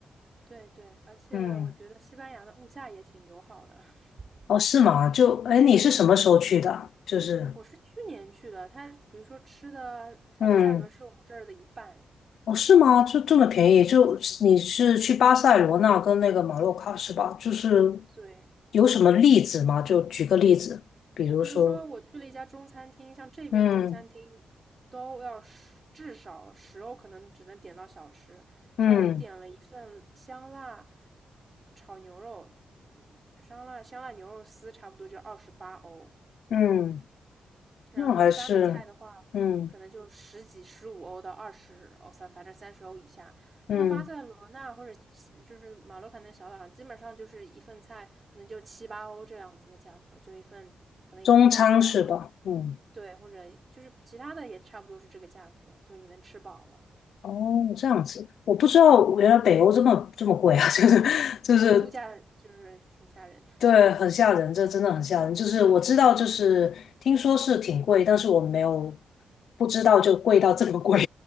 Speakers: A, on the right (about 30°); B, on the left (about 80°).
A: 对对，而且我觉得西班牙的物价也挺友好的。
B: 嗯，
A: <laughs>
B: 哦，是吗？就，哎，你是什么时候去的？
A: 对，
B: 就是，
A: 我是去年去的，它比如说吃的，它的价格是我们这儿的一半。
B: 嗯。哦，是吗？就这么便宜？就你是去巴塞罗那跟那个马洛卡是吧？就是
A: 对，
B: 有什么例子吗？就举个例子，比如说，
A: 就比如说，我去了一家中餐厅，像这边中餐厅都要十，
B: 嗯
A: 至少十欧，可能只能点到小吃。
B: 嗯
A: 像我点了一份香辣炒牛肉，嗯，香辣香辣牛肉丝，差不多就二十八欧。
B: 嗯，
A: 然后一般的菜的话，
B: 那还是嗯
A: 可能就十几、十五欧到二十欧，三反正三十欧以下。
B: 嗯，
A: 那么巴塞罗那或者西就是马洛卡那小岛上，基本上就是一份菜可能就七八欧这样子的价格，就一份可能一份套餐或。
B: 中餐是吧？嗯，
A: 对，或者就是其他的也差不多是这个价格，就是你能吃饱了。
B: 哦，这样子，我不知道原来北欧这么这么贵啊，
A: 嗯，
B: <laughs> 就是就是
A: 北欧物价就是挺吓人的。
B: 对，
A: <laughs>
B: 很吓人，这真的很吓人。就是我知道，就是听说是挺贵，但是我没有不知道就贵到这么贵。